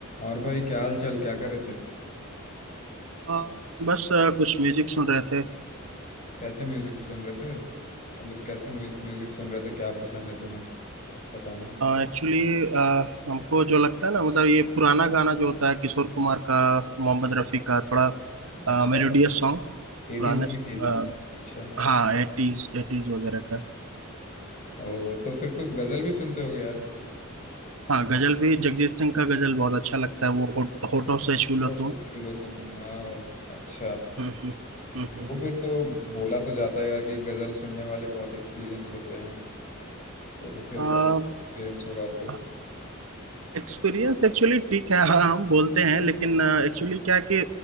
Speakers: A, on the left; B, on the right.
A: और भाई क्या हाल चाल क्या कर रहे थे
B: अ, बस अ, कुछ म्यूजिक सुन रहे थे
A: कैसे म्यूजिक सुन रहे थे मतलब कैसे म्यू- म्यूजिक सुन रहे थे क्या पसंद है तुम्हें बताना
B: एक्चुअली हमको जो लगता है ना मतलब ये पुराना गाना जो होता है किशोर कुमार का मोहम्मद रफ़ी का थोड़ा
A: अच्छा
B: मेलोडियस सॉन्ग
A: Eighties
B: पुराने
A: nineties
B: अ,
A: अच्छा
B: हाँ एटीज एटीज वगैरह का
A: ओहो तो फिर तो गजल भी सुनते होगे यार
B: हाँ गजल भी जगजीत सिंह का गजल बहुत अच्छा लगता है वो होट, होठों से छू लो
A: तो
B: तुम
A: चलो तुम हाँ अच्छा
B: हम्म, हम्म, हम्म, हम्म,
A: तो फिर तो बोला तो जाता है यार कि गजल सुनने वाले बहुत एक्सपीरियंस होते हैं तो तो फिर
B: हम्म।
A: बहुत एक्सपीरियंस होगा आपको
B: अ, एक्सपीरियंस एक्चुअली ठीक है हाँ हम बोलते हैं लेकिन
A: हाँ
B: एक्चुअली क्या है कि